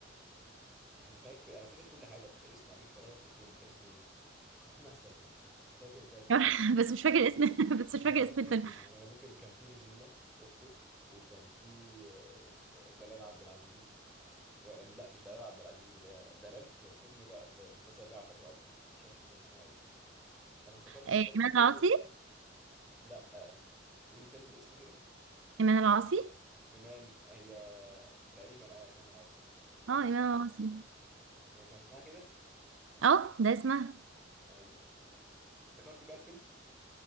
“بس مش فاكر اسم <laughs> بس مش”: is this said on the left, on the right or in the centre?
Right